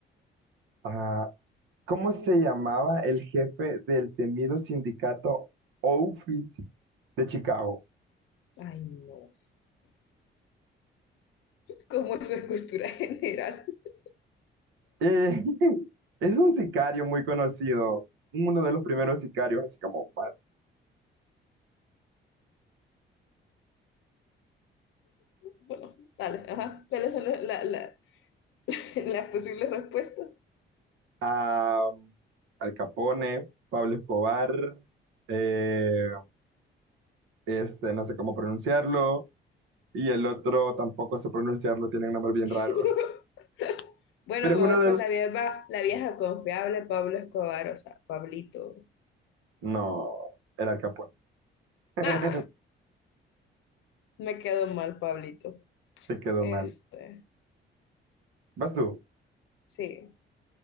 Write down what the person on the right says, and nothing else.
Ah, ¿cómo se llamaba el jefe del temido sindicato Outfit de Chicago?
Eh, <laughs> es un sicario muy conocido, uno de los primeros sicarios, así como más.
Ah, Al Capone, Pablo Escobar, eh, este, no sé cómo pronunciarlo, y el otro tampoco sé pronunciarlo, tiene un nombre bien
raro. <laughs>
Pero
es uno
de
los...
No, era Al Capone. <laughs>
Te quedó
mal. Vas tú.